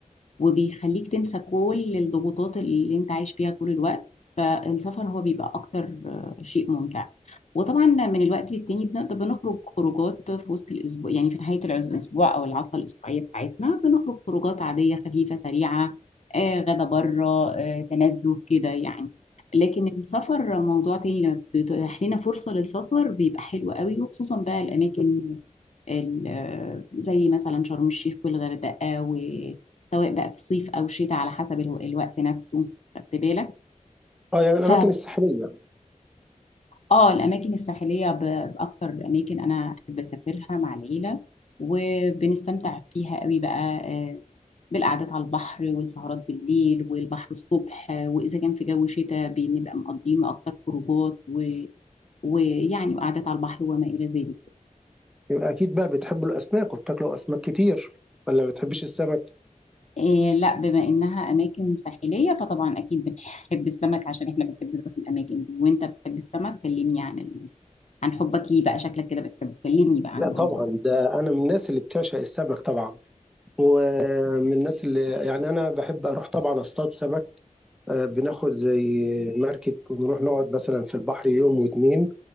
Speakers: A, on the left; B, in the centre.
A: وبيخليك تنسى كل الضغوطات اللي انت عايش فيها طول الوقت فالسفر هو بيبقى اكتر آه، شيء ممتع وطبعا من الوقت للتاني بنقدر بنخرج خروجات في وسط الاسبوع يعني في نهايه العز- الاسبوع او العطله الاسبوعيه بتاعتنا بنخرج خروجات عاديه خفيفه سريعه آه غدا بره آه تنزه كده يعني لكن السفر موضوع تاني لما بتتيح لنا فرصه للسفر بيبقى حلو قوي وخصوصا بقى الاماكن ال- زي مثلا شرم الشيخ والغردقة وسواء بقى في صيف أو شتاء على حسب الو- الوقت نفسه خدت بالك
B: آه، يعني الاماكن
A: ف
B: الساحلية
A: اه الأماكن الساحلية ب- بأكتر أماكن أنا أحب أسافرها مع العيلة وبنستمتع فيها قوي بقى آه، بالقعدات على البحر والسهرات بالليل والبحر الصبح آه، وإذا كان في جو شتاء بنبقى مقضينه أكتر خروجات و... ويعني وقعدات على البحر وما إلى ذلك
B: يبقى اكيد بقى بتحبوا الاسماك وبتاكلوا اسماك كتير ولا ما بتحبيش السمك
A: إيه لا بما إنها أماكن ساحلية فطبعا أكيد بنحب السمك عشان إحنا بنحب نروح الأماكن دي وأنت بتحب السمك كلمني عن ال... عن حبك ليه بقى شكلك كده بتحبه كلمني بقى عن
B: لا
A: الموضوع
B: طبعا
A: ده
B: ده انا من الناس اللي بتعشق السمك طبعا ومن الناس اللي يعني انا بحب اروح طبعا اصطاد سمك آه، بناخد زي مركب ونروح نقعد مثلا في البحر يوم واتنين